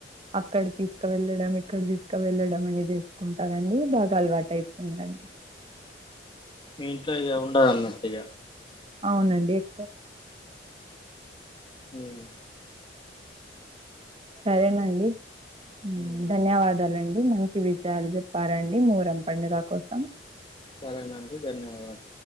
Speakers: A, on the right; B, on the left.
A: అక్కడ తీసుకు వెళ్ళడం ఇక్కడ తీసుక వెళ్ళడం అనేది చేసుకుంటరండి బాగ అలవాటు అయిపోయిందండి ఉమ్
B: మీ ఇంట్లో ఇగ ఉండదు అన్నట్టు ఇగ
A: అవునండి ఎక్కువ
B: ఉమ్
A: సరేనండి ఉమ్
B: హ్మ్.
A: ధన్యవాదాలండి మంచి విజయాలు చెప్పారండి మొహర్రం పండుగ కోసం
B: సరేనండి ధన్యవాదాలు